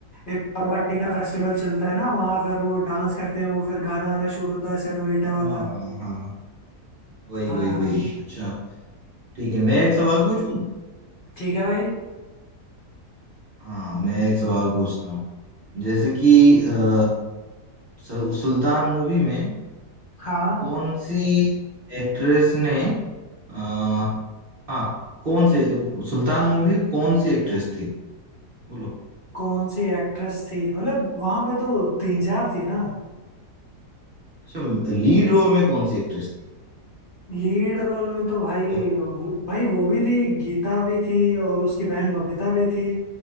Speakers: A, on the left (about 45°); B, on the right (about 50°).
A: एक टमाटीना फेस्टिवल चलता है ना वहाँ फिर वो डांस करते हैं वो फिर गाना आना शूट होता है सेनोरिटा वाला
B: हाँ हाँ हाँ वही
A: हाँ
B: वही वही अच्छा ठीक है मैं एक सवाल पूछूं
A: ठीक है भाई
B: हाँ मैं एक सवाल पूछता हूँ जैसे कि अ, सु- सुल्तान मूवी में
A: हाँ
B: कौन सी एक्ट्रेस ने आ, हाँ कौन से सुल्तान मूवी में कौन सी एक्ट्रेस थी बोलो
A: कौन सी एक्ट्रेस थी मतलब वहां पे तो तीन चार थी ना
B: अच्छा लीड रोल में कौन सी एक्ट्रेस थी
A: लीड रोल में तो भाई
B: क्या बात?
A: वो, भाई वो भी थी गीता भी थी और उसकी बहन बबीता भी थी